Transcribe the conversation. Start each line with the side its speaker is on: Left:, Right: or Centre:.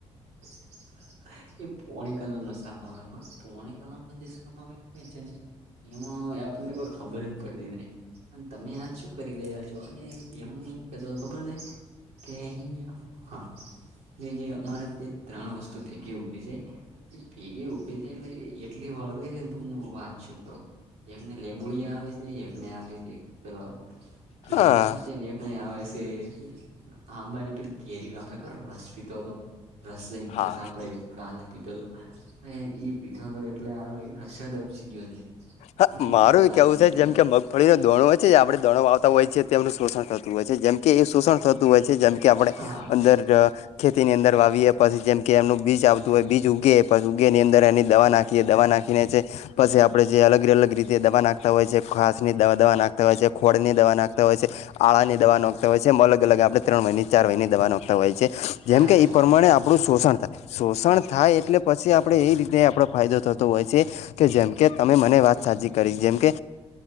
Right: <inaudible> એ પોણે કલર નો સાપ આવેલો હોય પોણે કલર ન જે સાપ આવેલો હોય છે ને એમાં આપણને કોઈ ખબર જ પડતી નહી અને તમે હાલ શું કરી રહ્યા છો અને એમ નહી કતો ખબર છે. કે હા કે જે અમારે તે ત્રણ વસ્તુ ફેકી ઉઠી છે ભેગી ઉભે છે એટલે એટલી વળગઈ છે ને તમને હ વાંચ છું એકને લેબોળિયા આવે છે એકને આવે છે પેલો કિલોડ
Left: હા
Right: આવે છે ને એક ન આવે છે અ આંબાની પી તો કેરી આપલે રશી તો હતો રસલંગ
Left: હા
Right: ફસા બ રૈ કાર લ પીધ હ ઈ પીઠો તો એટલે આ રસાદપસીજયો છે.
Left: હા
Right: કોની
Left: મારું
Right: નજર
Left: એ
Right: લાગી
Left: કેહેવું છે
Right: હશે
Left: જેમ કે મગફળીનો દોણો હોય છે જે આપણે દોણો વાતા હોય છીએ તેમમનું શોષણ થતું હોય છે જેમ કે એ શોષણ થતું હોય છે જેમ કે આપણે
Right: હા
Left: અંદર ખેતીની અંદર આવીએ પછી જેમ કે એમનું બીજ આવતું હોય બીજ ઉગે પછી ઉગે એની અંદર એની દવા નાખીએ દવા નાખીને જે પછી આપડે જે અલગ-અલગ રીતે દવા નાખતા હોય છે. ઘાસ ની દવા નાખતા હોય છે, ખોળની દવા નાખતા હોય છે આળા ની દવા નોખતા હોય છે, એમ અલગ અલગ આપણે ત્રણ મહિની ચાર મહિની દવા નોખતા હોય છે. જેમ
Right: હા
Left: કે
Right: ચોક્કસ
Left: એ પ્રમાણે આપણું શોષણ થાય. શોષણ થાય એટલે પછી આપણે એ રીતે આપણો ફાયદો થતો હોય છે કે જેમ કે તમે મને વાત સાચી કરી જેમ કે